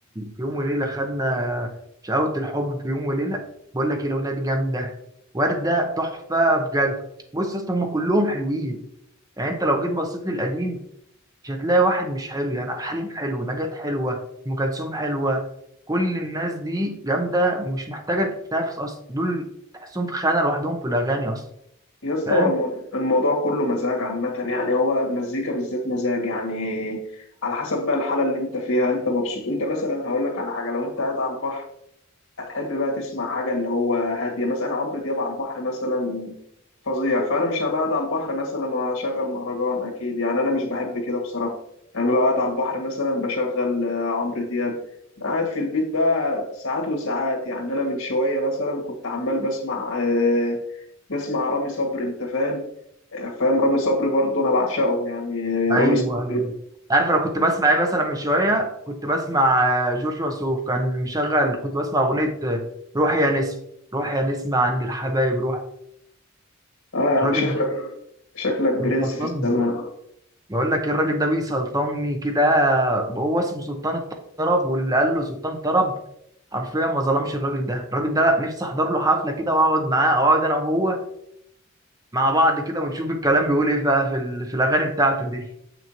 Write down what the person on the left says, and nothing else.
يا اسطى
هو المو- الموضوع كله مزاج عامه يعني هو المزيكا بالذات مزاج يعني على حسب بقى الحاله اللي انت فيها انت مبسوط انت مثلا هقول لك على حاجه لو انت قاعد على البحر هتحب بقى تسمع حاجة اللي هو هادية مثلا أنا عمرو دياب على البحر مثلا فظيع فأنا مش هبقى قاعد على البحر مثلا وأشغل مهرجان أكيد يعني أنا مش بحب كده بصراحة يعني لو قاعد على البحر مثلا بشغل آه، عمرو دياب قاعد في البيت بقى ساعات وساعات يعني أنا من شوية مثلا كنت عمال بسمع آه، بسمع رامي صبري أنت فاهم فاهم رامي صبري برضه أنا بعشقه يعني
رامي صبري
آه يا عم
شكلك
شكلك برنس
في السماء